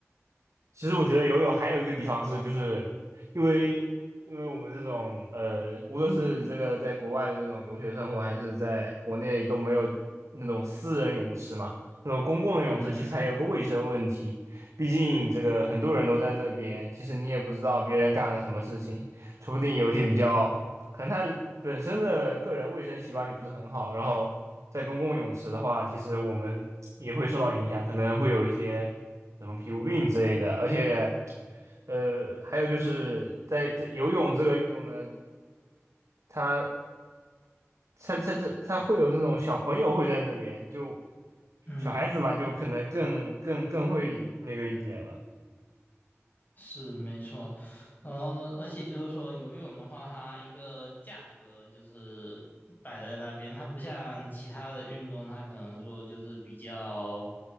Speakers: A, on the right (about 85°); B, on the left (about 40°).
A: 其实我觉得游泳还有一个地方是，就是因为因为我们这种呃，无论是这个在国外的这种留学生活，还是在国内都没有那种私人泳池嘛，那种公共的泳池其实还有个卫生问题。
B: 嗯
A: 毕竟这个很多人都在那边，其实你也不知道别人干了什么事情，说不定有一些比较可能他本身的个人卫生习惯就不是很好，然后在公共泳池的话，其实我们也会受到影响，可能会有一些什么皮肤病之类的，而且，呃，还有就是在在游泳这个运动呢，它它它它它会有那种小朋友会在那边，就
B: 嗯。
A: 小孩子嘛，就可能更更更会那个一点了，
B: 是没错，然后而且就是说游泳的话，它一个价格就是摆在那边，它不像其他的运动，它可能说就是比较，